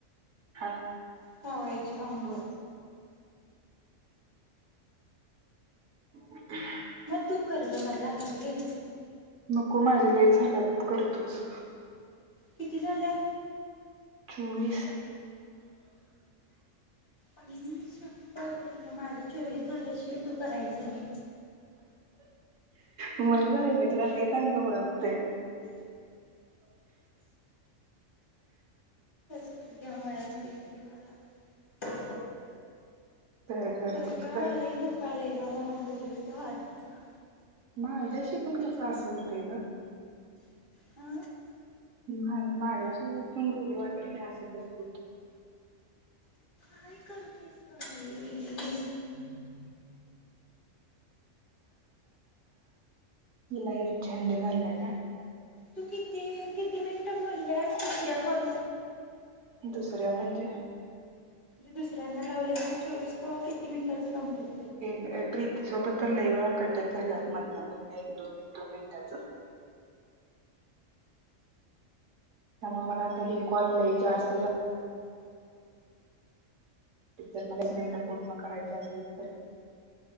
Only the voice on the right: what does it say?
ह
बकुल
नको माझ्या लही झालं करतोच
चोवीस
मण आहे मित्राला चांग ओळखते
तर कर
तूच कर
मा माझ्याशी पण कसं असं होतय ग
नाही माझ्यासोबत पण बोल वाटत नाही असंचठ
हम् लाईट झंड झाला का
दुसऱ्या म्हणजे
एक प्रीती सोबत तर लयवेळा कटक झालात मधन मधन एक दोन एक दोन मिनिटाचं त्याना मला ते हे कॉल ल जास्त जर मलाच मिनटं पूर्ण करायच असेल तर